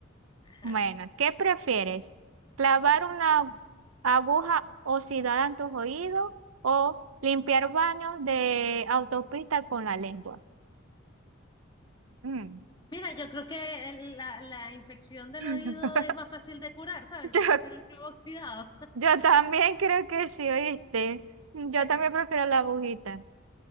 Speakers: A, on the left (about 20°); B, on the right (about 80°).
A: Ajá.
B: Bueno, ¿qué prefieres? ¿Clavar una aguja oxidada en tus oídos o limpiar baños de autopista con la lengua? Mm.
A: Mira, yo creo que el- la, la infección del
B: <laughs>
A: oído es más fácil de curar, ¿sabes?
B: Yo,
A: Yo prefiero el clavo oxidado.
B: yo también creo que sí, oíste. Yo
A: <laughs>
B: también prefiero la agujita.